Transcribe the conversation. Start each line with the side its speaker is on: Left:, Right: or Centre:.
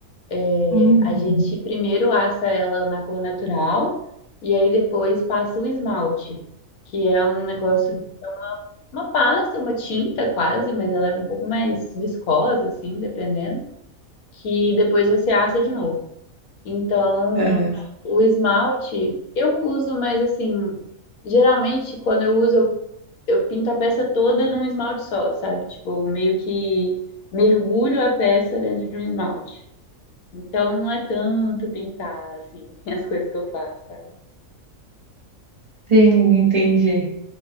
Left: É,
Right: Hum,
Left: a gente primeiro assa ela na cor natural e aí depois passa o esmalte, que é um negócio, uma pasta, uma tinta quase, mas ela é um pouco mais viscosa, assim, dependendo, que depois você assa de novo. Então,
Right: Aham.
Left: o esmalte eu uso, mas assim, geralmente quando eu uso, eu, eu pinto a peça toda num esmalte só, sabe? Tipo, meio que mergulho a peça dentro de um esmalte. Então não é tanto pintar, assim, <laughs> as coisas que eu faço, sabe?
Right: Sim, entendi.